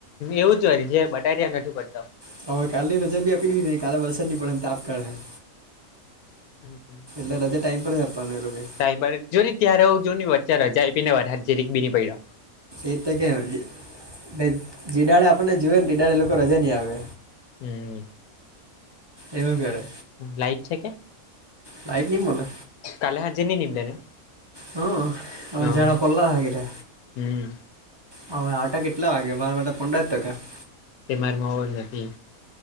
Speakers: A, on the left; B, on the right.
A: એવું જ હોય. જ્યારે બટાય ટ્યારે નથી પડતો
B: તો હવે કાલની રજા બી આપીદિધીને કાલે વરસાદ ની પડેહે ને તાપ પડહે
A: હમ્મ
B: ભરાય જાય ટાઈમ પર હો આપાવનું એલોગે
A: સાહેબ હો જોની ત્યારે હો જોની વચ્ચે રજા આયપી ને વરહાદ જીરીક બીની પયડો.
B: એ તો કેમ જ જે જેડાળે આપણને જુવે ને તેડાડે એ લોકો રજા નહી આપે
A: હમ્મ
B: એવુ કરે.
A: લ્ લાઈટ છે કે?
B: લાઈટ નિ મલે.
A: કાલે હાજે ની નીમલે ને
B: હા. હવે
A: હા
B: જાજો પડલો અહે ઘેરે
A: હમ
B: હવે આવટા કેટલા વાગે માર માટે <unintelligible> <unintelligible>
A: તે મારેમાં ઓર નથી